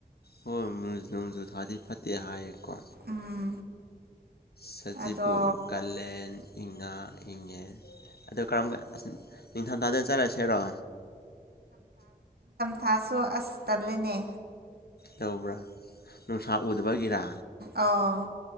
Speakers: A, on the left (about 80°); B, on the right (about 80°).
A: ꯍꯣꯏ <unintelligible> ꯅꯣꯡꯖꯨ ꯊꯥꯗꯤ ꯐꯠꯇꯦ ꯍꯥꯏ ꯀꯣ
B: ꯎꯝ
A: ꯁꯖꯤꯕꯨ
B: ꯑꯗꯣ
A: ꯀꯥꯂꯦꯟ ꯏꯪꯉꯥ ꯏꯉꯦꯟ ꯑꯗꯨ ꯀꯔꯝ ꯅꯤꯡ ꯊꯝꯊꯥꯗ ꯆꯠꯂꯁꯤꯔꯣ
B: ꯊꯥꯁꯨ ꯑꯁ ꯇꯜꯂꯤꯅꯦ
A: ꯇꯧꯕ꯭ꯔ ꯅꯨꯡꯁꯥ ꯎꯗꯕꯒꯤꯔ
B: ꯑꯧ